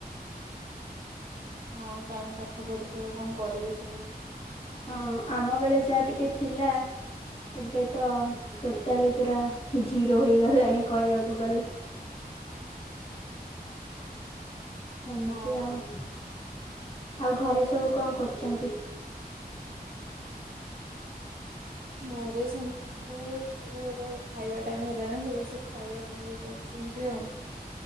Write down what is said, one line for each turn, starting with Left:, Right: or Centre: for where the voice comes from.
Right: ହଁ କାହିଁ ପାଠ ପଢ଼ିକିଆଉ କଣ କରିବେ ସବୁ
Left: ହଁ ଆମ ବେଳେ ଯାହା ଟିକେ ଥିଲା ଏବେ ତ ଟୋଟାଲି ପୁରା ଜିରୋ ହେଇଗଲାଣି କହିବାକୁ ଗଲେ ଏମିତି
Right: ହଁ
Left: ଆଉ ଆଉ ଘରେ ସବୁ କଣ କରୁଛନ୍ତି?
Right: ଘରେ ସମସ୍ତେ ସବୁ ଏବେ ଖାଇବା ଟାଇମ ହେଲାଣି ସମସ୍ତେ ଖାଇବା ଖାଇବି କହୁଛନ୍ତି ଆଉ